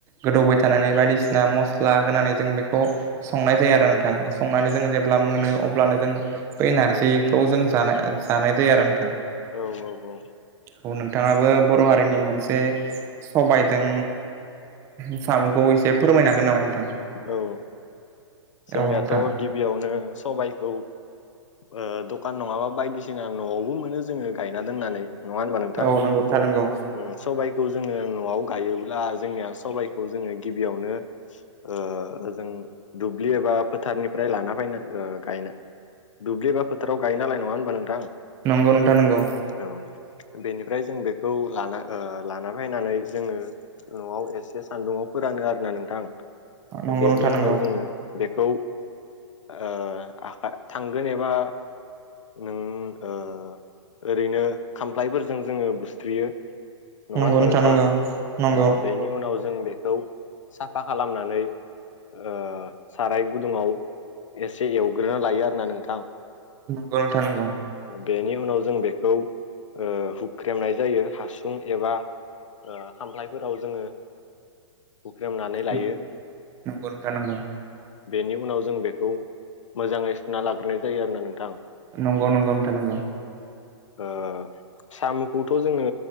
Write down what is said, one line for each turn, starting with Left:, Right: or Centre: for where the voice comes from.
Right: गोदौबाय थानानै बायदिसिना मस स्ला होनानै जों बे खौ संनाय जायो आरो नोंथां संनानै जोङो जेब्ला मोनो अब्लानो जों बै नार जिखौ जों जाना-जानाय जानाय जायो आरो नोंथां।
Left: औ औ
Right: औ नोंथाङाबो बर' हारिनि मोनसे सबायजों । साम'खौ एसे फोरमायनो हागोन नामा नों
Left: औ जोंनियाथ'
Right: औ नोंथां
Left: गिबियावनो सबायखौ। ओ दखान नङाबा बायदिसिना न'आवबो मोनो जोङो। गायना दोननानै नङा होनबा नोंथां?
Right: औ नंगौ नोंथां नंगौ
Left: उम सबाय खौ जोङो न'आव गायोब्ला जोंनिया सबबायखौ जोङो गिबियावनो। ओ जों दुब्लि एबा फोथारनिफ्राय लाना फैनाय गायना दुब्लिबा फोथाव गायो नालाय नङा होनोमबा नोंथां?
Right: नंगौ नोंथा नंगौ।
Left: औ बेनिफ्राय जों बेखौ लाना ओ लाना फैनानै जोङो न'आव एसे सान्दुंङाव। फोरानो आरोना नोंथां
Right: नंगौ
Left: बेनि
Right: नोंथां नंगौ
Left: उनाव जोङो बेखौ ओ आखा थांगोन एबा नों ओ ओरैनो खामफ्लायफोरजों जोङो बुसथ्रियो। नङा
Right: नंगौ
Left: होनबा नोंथां?
Right: नंगौ नंगौ
Left: अ बेनि उनाव जो जों बेखौ साफा खालामनानै। ओ साराय गुदुङाव एसे एवग्रोना लायो आरोना नोंथां।
Right: नंगौ नोंथां नंगौ।
Left: बेनि उनाव जों बेखौ ओ हुख्रेमनाय जायो हासुं एबा ओ खामफ्लायफोराव जोङो हुख्रेमनानै लायो।
Right: नंगौ नंगौ नोंथां नंगौ
Left: बेनि उनाव जों बेखौ मोजाङै सुना लाग्रोनाय जायो आरोना नोंथां।
Right: नंगौ नंगौ नोंथां नंगौ।
Left: ओ सामु'खौथ' जोङो